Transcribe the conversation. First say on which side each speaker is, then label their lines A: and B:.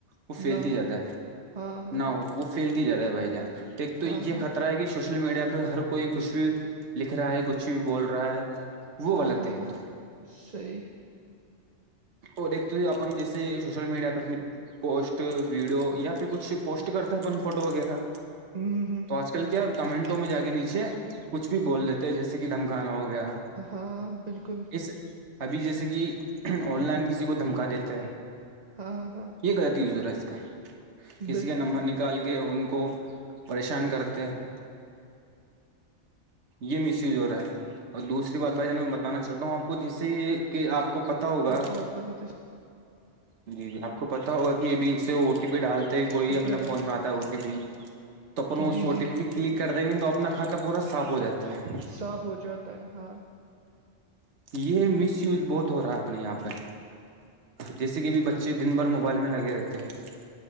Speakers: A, on the right; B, on the right.
A: وہ پھیلتی
B: نہ ہو
A: جاتدا ہے
B: ہاں ہاں
A: نہ
B: ہاں
A: ہو وہ فھیلتی جیا رہا ہے بھائی جان ٹیک تو
B: ہاں
A: یہ
B: ہاں
A: خطہ ہے کہ سوشل میڈیا پہ ہر کوئی کچھ بھی لکھ رہا ہے کچھ بھی بول رہا ہے وہ
B: ہاں
A: غلط
B: ہاں
A: ہے ایک
B: ہاں
A: تو
B: صی
A: اور ایک تو اپن جیسے سوشل میڈیا تو اپنی پوسٹ ویڈیو یا پھر کچھ پوسٹ کرتا ہے اپن فوٹو وغیرہ
B: ہمم‌ہمم
A: تو آج کل کیا کمنٹوں میں جا کے نیچے کچھ بھی بول لیتے ہیں جیسے کہ دھمکانہ ہو گیا
B: ہاں بالکل
A: اس ابھی جیسے کہ آن لائن کسی کو دھمکا دیتا ہے
B: ہاں ہاں
A: غلط زرا ہے اس کا کسی
B: بالکل
A: کے نمبر نہیں کیا کال کے ان کو پریشان کرتے ہیں یہ مس یوز ہو رہا ہے اور دوسری بات بھائی جان میں بتانا چاہتا ہوں آپ کو جس سے یہ کہ آپ کو پت ہوگا
B: بہت غلط ہے
A: جی جی آپ کو پتا ہوگا کہ ابھی اس سےٹ پی ڈالتے کوئی اپنے
B: بولے بھائی
A: فون میں آتا ہے او ٹی پی تو اپن اس
B: جی
A: او
B: جی
A: ٹی پی پ کلک کر دیں گے تو اپنا کھاتا پورا صاف ہو جاتا ہے
B: صاف ہو جاتا ہے ہاں
A: یہ مس یوز بہت ہو رہا ہے اپنے یہاں پہ جیسے کہ بھی بچے دن بھر موبائل میں لگے رہتے ہیں